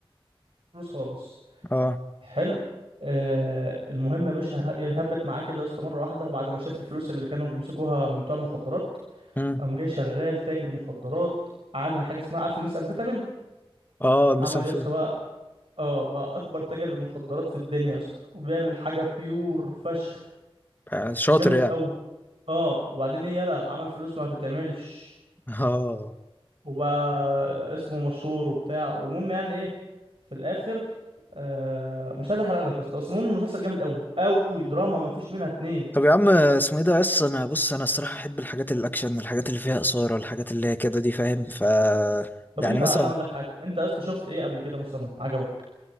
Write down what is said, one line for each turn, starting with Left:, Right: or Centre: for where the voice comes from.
Right: فلوس خالص
Left: اه
Right: حلو آه المهم يا باشا ه- يهبت معاه كده يا اسطى مره واحده بعد ما شاف الفلوس اللي كانوا بيمسكوها من بتوع المخدرات
Left: امم
Right: قام جاي شغال تاجر مخدرات عامل حاجه اسمها عارف الميس امفيتامين
Left: اه المسا
Right: عمل
Left: مفيدة
Right: يا اسطى بقى اه بقى اكبر تاجر مخدرات في الدنيا يا اسطى وبيعمل حاجه بيور فشخ
Left: آه، شاطر
Right: جامد
Left: يعني
Right: قوي اه وبعدين ايه يلا عمل فلوس ما تتعملش
Left: اه
Right: وبقى اسمه مشهور وبتاع ومهم يعني ايه في الاخر آه مش عايز احرق لك يا اسطى بس المهم المسلسل جامد قوي قوي دراما ما فيش منها اتنين
Left: طب يا عم اسمه ايه ده بس انا بص انا الصراحة احب الحاجات الاكشن الحاجات اللي فيها اثارة الحاجات اللي هي كده دي فاهم ف
Right: طب
Left: يعني
Right: انت
Left: مثلا
Right: انا هقول لك حاجه انت يا اسطى شفت ايه قبل كده مثلا عجبك